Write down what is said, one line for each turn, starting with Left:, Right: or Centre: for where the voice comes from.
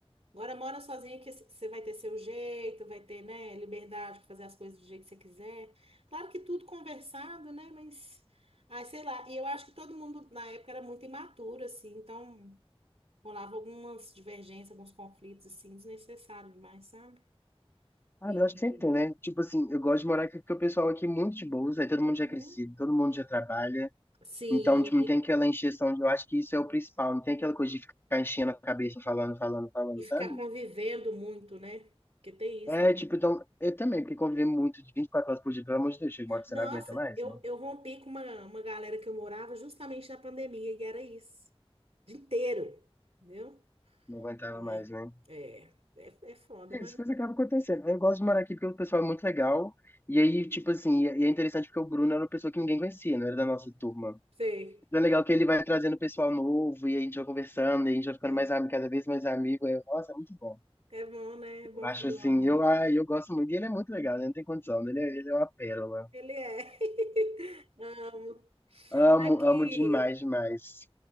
Right: Agora mora sozinha que você vai ter seu jeito, vai ter, né, liberdade para fazer as coisas do jeito que você quiser. Claro que tudo conversado, né, mas... ai, sei lá, e eu acho que todo mundo na época era muito imaturo, assim, então rolava algumas divergências, alguns conflitos, assim, desnecessários demais, sabe?
Left: Ah,
Right: E
Left: eu acho que sempre tem, né? Tipo assim, eu gosto de morar aqui porque o pessoal aqui é muito de boas, aí todo
Right: Uhum.
Left: mundo já é crescido, todo mundo já trabalha.
Right: sim,
Left: Então, tipo, não tem aquela encheção, de- eu acho que isso é o principal, não tem aquela coisa de ficar enchendo a cabeça, falando, falando, falando,
Right: e ficar
Left: sabe?
Right: convivendo muito, né? Porque tem isso
Left: É,
Right: também.
Left: tipo, então, eu também, porque conviver muito de 24 horas por dia, pelo amor de Deus, chega uma hora que
Right: Nossa,
Left: você não aguenta mais,
Right: eu,
Left: mano.
Right: eu rompi com uma, uma galera que eu morava justamente na pandemia, e era isso. O dia inteiro, entendeu?
Left: Não aguentava
Right: Ai,
Left: mais, né?
Right: é, é, é foda,
Left: É
Right: mas.
Left: Isso, coisa acaba acontecendo. Eu gosto de morar aqui porque o pessoal é muito legal. E
Right: ah,
Left: aí, tipo assim, e e é interessante porque o Bruno era uma pessoa que ninguém conhecia, não era da nossa turma.
Right: sei,
Left: Então é legal que ele vai trazendo pessoal novo, e a gente vai conversando, e a gente vai ficando
Right: sei.
Left: mais amigo, cada vez mais amigo. É, nossa, é muito bom.
Right: É bom, né? É bom
Left: Eu acho
Right: quando
Left: assim,
Right: o homem.
Left: eu, ah, eu gosto muito, e ele é muito legal, né? Não tem condição, né? ele é, ele é uma pérola.
Right: Ele é. <laughs> Amo.
Left: Amo,
Right: Aqui,
Left: amo demais, demais.